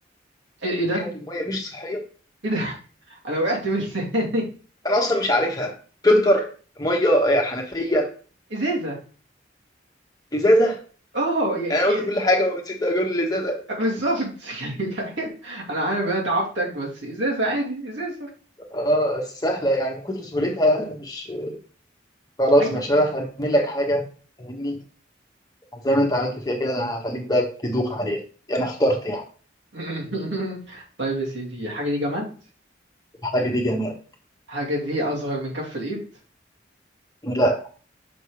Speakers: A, on the right; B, on the left.
A: ايه إيه
B: بتخلي
A: ده؟
B: المية مش صحية
A: ايه ده؟ <laughs> انا وقعت من لساني
B: أنا أصلا مش عارفها فلتر مية آه، حنفية
A: <laughs> ازازة
B: إزازة
A: اه يعني
B: يعني أنا
A: إيه-
B: قلت كل حاجه ونسيت اقول اللي زاد
A: بالظبط <laughs> يعني لا، انا عارف انا تعبتك بس ازازه عادي ازازه
B: اه سهلة يعني من كتر سهولتها أنا مش خلاص
A: ايوه
B: مش هعرف أعمل لك حاجة فاهمني زي ما أنت عملت فيها كده أنا هخليك بقى تدوخ عليها أنا اخترت يعني
A: <laughs> طيب يا سيدي الحاجه دي جماد
B: الحاجة دي جمال
A: الحاجه دي اصغر من كف الايد
B: لا